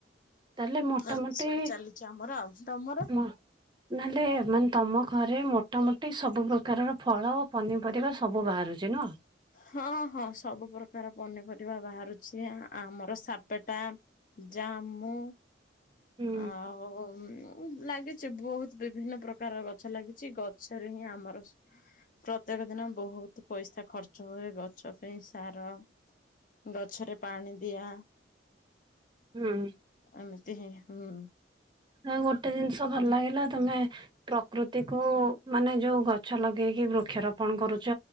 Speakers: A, on the right; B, on the left.
A: ତାହେଲେ ମୋଟାମୋଟି
B: ଏମିତି ସବୁ ଚାଲିଛି ଆମର ଆଉ ତମର?
A: ମ୍ ନହେଲେ ମାନେ ତମ ଘରେ ମୋଟାମୋଟି ସବୁ ପ୍ରକାରର ଫଳ ପନି ପରିବା ସବୁ ବାହାରୁଛି ନୁଅ
B: ହଁ ହଁ ସବୁ ପ୍ରକାର ପନିପରିବା ବାହାରୁଛି ଆମର ସାପେଟା ଜାମୁ
A: ହୁଁ
B: ଆଉ ଲାଗିଛି ବହୁତ ବିଭିନ୍ନ ପ୍ରକାର ଗଛ ଲାଗିଛି ଗଛରେ ହିଁ ଆମର ପ୍ରତ୍ୟେକ ଦିନ ବହୁତ ପଇସା ଖର୍ଚ୍ଚ ହୁଏ ଗଛ ପାଇଁ ସାର ଗଛରେ ପାଣି ଦିଆ।
A: ହୁଁ।
B: ଆମେତି ହିଁ ହୁଁ।
A: ଆଉ ଗୋଟେ ଜିନିଷ ଭଲ ଲାଗିଲା ତମେ ପ୍ରକୃତିକୁୁ ମାନେ ଯୋଉ ଗଛ ଲଗେଇକି ବୃକ୍ଷରୋପଣ କରୁଛ।